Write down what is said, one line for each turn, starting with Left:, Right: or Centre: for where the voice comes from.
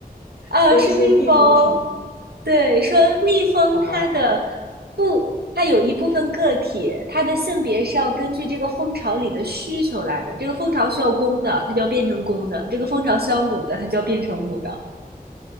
Right: 啊，
Left: 所以是蜜蜂是吗？
Right: 是蜜蜂。对，说蜜蜂它的
Left: 好吧，
Right: 不，它有一部分个体，它的性别是要根据这个蜂巢里的需求来的。这个蜂巢需要公的，它就要变成公的；这个蜂巢需要母的，它就要变成母的。